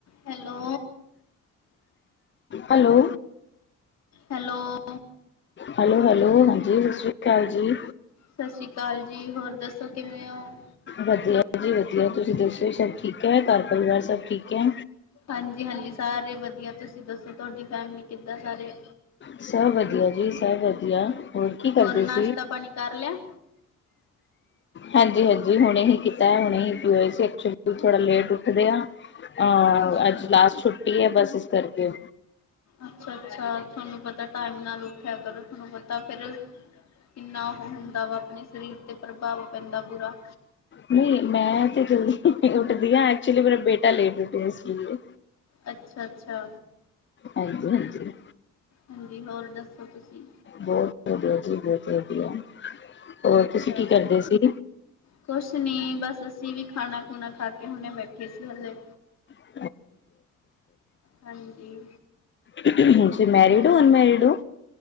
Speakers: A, on the left; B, on the left.
A: ਹੈਲੋ।
B: ਹੈਲੋ।
A: ਹੈਲੋ।
B: ਹੈਲੋ-ਹੈਲੋ ਹਾਂਜੀ ਸਤਿ ਸ਼੍ਰੀ ਕਾਲ ਜੀ।
A: ਸਤਿ ਸ਼੍ਰੀ ਕਾਲ ਜੀ ਹੋਰ ਦੱਸੋ ਕਿਵੇਂ ਓ?
B: ਵਧੀਆ ਜੀ ਵਧੀਆ। ਤੁਸੀ ਦੱਸੋ ਸਭ ਠੀਕ ਐ ਘਰ ਪਰਿਵਾਰ ਸਭ ਠੀਕ ਐ।
A: ਹਾਂਜੀ-ਹਾਂਜੀ ਸਾਰੇ ਵਧੀਆ ਤੁਸੀ ਦੱਸੋ ਤੁਆਡੀ ਫੈਮਲੀ ਕਿੱਦਾਂ ਸਾਰੇ?
B: ਸਭ ਵਧੀਆ ਜੀ ਸਭ ਵਧੀਆ। ਕੀ
A: ਹੋਰ
B: ਕਰਦੇ
A: ਨਾਸ਼ਤਾ
B: ਸੀ
A: ਪਾਣੀ ਕਰ ਲਿਆ।
B: ਹਾਂਜੀ-ਹਾਂਜੀ ਹੁਣੇ ਹੀ ਕੀਤਾ ਏ, ਹੁਣੇ ਹੀ ਪ ਹੋਏ ਸੀ ਐਕਚੁਲੀ ਥੋੜਾ ਲੇਟ ਉੱਠਦੇ ਆ ਅਹ
A: ਅੱਛਾ
B: ਅੱਜ ਲਾਸਟ ਛੁੱਟੀ ਐ ਬਸ ਇਸ ਕਰਕੇ
A: ਅੱਛਾ-ਅੱਛਾ ਤੁਹਾਨੂੰ ਪਤਾ ਟਾਈਮ ਨਾਲ ਉੱਠਿਆ ਕਰੋ। ਤਾਹਨੂੰ ਪਤਾ ਫਿਰ ਕਿੰਨਾ ਉਹ ਹੁੰਦਾ ਵਾ ਆਪਣੇ ਸਰੀਰ ਤੇ ਪ੍ਰਭਾਵ ਪੈਂਦਾ ਬੁਰਾ
B: ਨਈ ਮੈਂ ਤੇੇ ਜਲਦੀ ਉੱਠਦੀ ਆ ਐਕਚੁਲੀ ਮੇਰਾ ਬੇਟਾ ਲੈ ਉੱਠਿਆ ਇਸ ਲੀਏ
A: ਅੱਛਾ-ਅੱਛਾ।
B: ਹਾਂਜੀ-ਹਾਂਜੀ।
A: ਹਾਂਜੀ ਹੋਰ ਦੱਸੋ ਤੁਸੀਂ
B: ਬਹੁਤ ਵਧੀਆ ਜੀ ਬਹੁਤ ਵਧੀਆ, ਹੋਰ
A: ਅੱਛਾ
B: ਤੁਸੀਂ ਕੀ ਕਰਦੇ
A: ਜੀ
B: ਸੀ।
A: ਕੁਛ ਨੀ ਬਸ ਅਸੀਂ ਵੀ ਖਾਣਾ- ਖੁਣਾ ਖਾ ਕੇ ਹੁਣੇ ਬੈਠੇ ਸੀ ਹਲੇ
B: <unintelligible>
A: ਹਾਂਜੀ
B: ਤੁਸੀਂ ਮੇਰੀਡ ਓ ਅਨਮੈਰੀਡ ਓ।